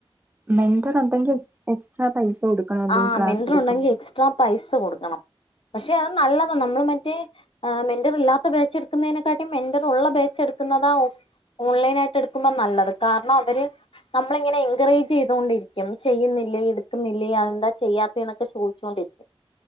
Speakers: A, on the right (about 20°); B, on the left (about 65°).
A: മെന്റർ ഉണ്ടെങ്കിൽ എക്സ്ട്രാ പൈസ കൊടുക്കണല്ലോ
B: ആഹ
A: ഈ ക്ലാസ്
B: മിൻ്റർ
A: എടുക്കുമ്പോ
B: ഉണ്ടെങ്കി എക്സ്ട്രാ പൈസ കൊടുക്കണം പക്ഷെ അത് നല്ലതാണ് നമ്മൾ മറ്റേ മെന്റർ ഇല്ലാത്ത ബേച്ചെടുക്കുന്നതിനെക്കാട്ടിലും മെന്റർ ഉള്ള ബേച്ച എടു നിക്കുന്നതാ ഓസ് ഓൺലൈൻ ആയിട്ട് എടുക്കുമ്പോ നല്ലത് കാരണം അവര് നമ്മള ഇങ്ങനെ എൻകറേജ് ചെയ്തൊണ്ടിരിക്കും ചെയ്യുന്ന ഇല്ലങ്കിൽ എടുക്കുന്നില്ലേ അതെന്താ ചെയ്യാത്തന്നൊക്കെ ചോദിച്ചോണ്ടിരിക്കും